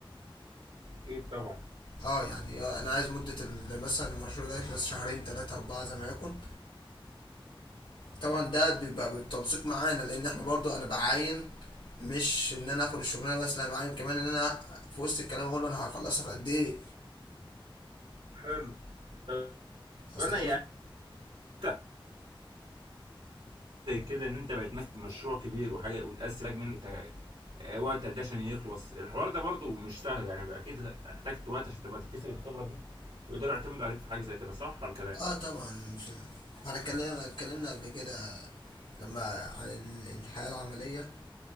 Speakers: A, on the right (about 85°); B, on the left (about 75°).
A: اكيد طبعا
B: اه يعني انا عايز مدة ال- مثلا المشروع ده يخلص شهرين تلاتة اربعة زي ما يكون طبعا ده بيبقى بالتنسيق معانا لان احنا برضو انا بعاين مش ان انا اخد الشغلانه بس لا بعاين كمان ان انا في وسط الكلام اقول له انا هخلصها في قد ايه
A: حلو طب
B: اصلا
A: انا
B: لك
A: يعني زي كده ان انت بقت ماسك مشروع كبير وحاجه وتقسم حاجه منك تع- وقت قد إيه عشان يخلص الحوار ده برضو مش سهل يعني اكيد احتجت وقت عشان تبقى تكتسب الخبره دي ويقدروا يعتمدوا عليك في حاجه زي كده صح ولا كلام
B: اه طبعا مش انا اتكلمنا اتكلمنا قبل كده لما عن ال- الحياه العمليه